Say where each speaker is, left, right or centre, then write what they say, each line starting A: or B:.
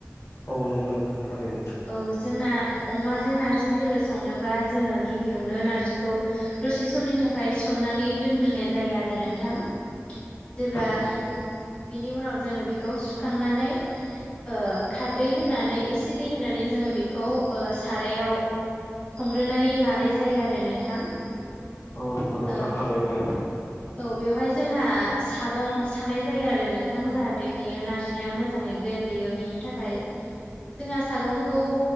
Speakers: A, on the left; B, on the left.
A: औ नंगौ नोंथां थारैनो
B: औ जोंना अमाजों नारजि दोलो संनोबा जोङो गिबियावनो नारजिखौ दसे समनि थाखाय सोमनानै दोनग्रोनाय जायो आरो नोंथां जेब्ला
A: औ नंगौ
B: बिनि उनाव जोङो बेखौ सुखांनानै ओ खारदै होनानै एसे दै होनानै जोङो बेखौ ओ सारायाव संग्रोनानै लानाय जायो आरो नोंथां
A: औ नंगौ नोंथां
B: ओ
A: थारैनो
B: औ बेवहाय जोंहा सागं सानाय जायो आरो नोंथां। जाहाथे बियो नारजिया मोज मोजाङै गेब्लेयो बिनि थाखाय जोंहा सागंखौ